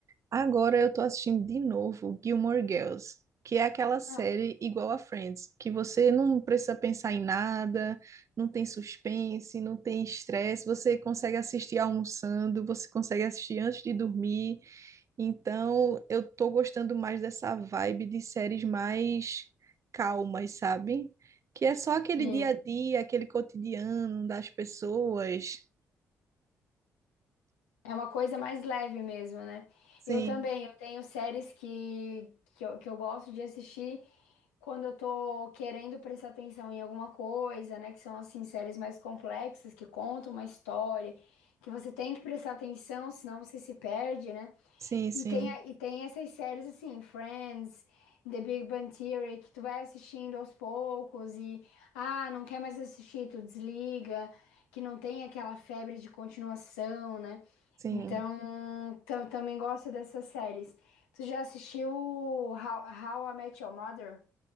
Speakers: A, on the right; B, on the left.
A: Agora eu tô assistindo de novo Gilmore Girls, que é aquela série
B: Ah,
A: igual a Friends, que você não precisa pensar em nada, não tem suspense, não tem estresse, você consegue assistir almoçando, você consegue assistir antes de dormir. Então, eu tô gostando mais dessa vibe de séries mais calmas, sabe? Que é só aquele
B: Sim,
A: dia a dia, aquele cotidiano das pessoas.
B: é uma coisa mais leve mesmo, né?
A: Sim,
B: Eu também, eu tenho séries que, que eu, que eu gosto de assistir quando eu tô querendo prestar atenção em alguma coisa, né? Que são, assim, séries mais complexas, que contam uma história, que você tem que prestar atenção, senão você se perde, né?
A: sim, sim,
B: E tem, a- e tem essas séries assim, Friends, The Big Bang Theory, que tu vai assistindo aos poucos e, ah, não quer mais assistir, tu desliga, que não tem aquela febre de continuação, né?
A: sim.
B: Então, tam- também gosto dessas séries. Tu já assistiu How, How I Met Your Mother?